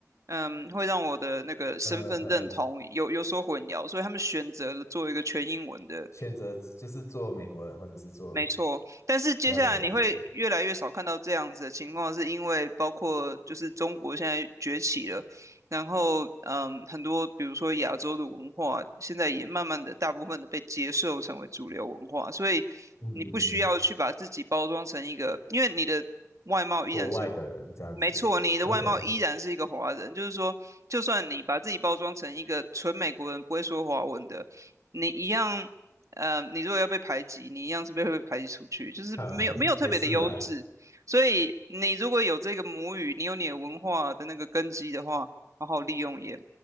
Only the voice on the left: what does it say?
呃呃呃，
选择就是做美国人，或者是做
了解了解
嗯嗯嗯，
国外的人这样子。
OK，
好，<laughs> 也是啊，